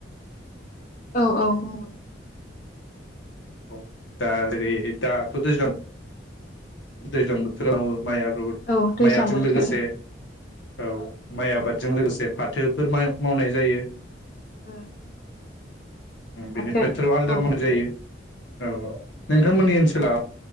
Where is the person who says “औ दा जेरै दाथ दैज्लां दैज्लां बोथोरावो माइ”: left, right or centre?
Left